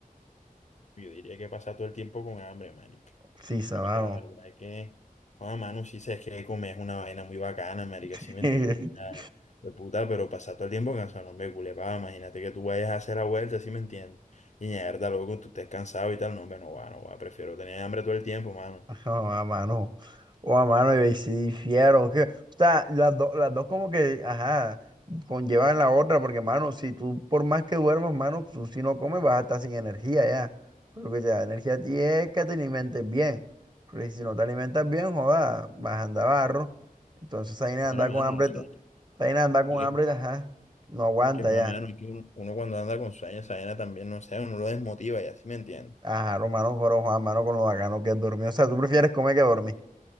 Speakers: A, on the left; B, on the right.
A: yo diría que pasa todo el tiempo con hambre, marica.
B: Sí, sabano.
A: Porque la verdad es que, Juan mano, sí sabes que comer es una vaina muy bacana, marica,
B: <laughs>
A: sí me entiendo. O sea, de puta, pero pasar todo el tiempo cansado, no me culepa, imagínate que tú vayas a hacer la vuelta, sí me entiendes. Y mierda, loco, tú estés cansado y tal, no, hombre, no va, no va, prefiero tener hambre todo el tiempo, mano.
B: <laughs> Ajá, a mano. O a mano, y ahí sí difiero. Que, o sea, las, do- las dos como que, ajá, conllevan la otra, porque, mano, si tú, por más que duermas, mano, tú si no comes vas a estar sin energía ya. Pero que te da energía a ti es que te alimentes bien. Porque si no te alimentas bien, joda, vas a andar barro. Entonces ahí nada,
A: Bueno,
B: anda
A: mano,
B: con hambre,
A: no sé.
B: t- esa vaina de andar con
A: Que,
B: hambre, ajá, no aguanta
A: que más,
B: ya.
A: mano, que uno, uno cuando anda con sueños, esa vaina también, no sé, uno lo desmotiva, ya, sí me entiendes.
B: Ajá, hermano, pero Juan, mano, con lo bacano que es dormir. O sea, tú prefieres comer que dormir.